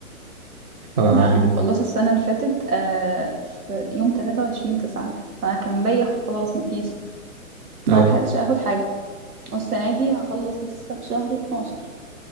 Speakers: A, on the right; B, on the right.
A: ف- يعني
B: لا انا مخلصة السنة اللي فاتت آه، في يوم 23 تسعة فكان بيا خلاص مفيش ما
A: اه
B: لحقتش اخد حاجه والسنه دي هخلص لسه في شهر 12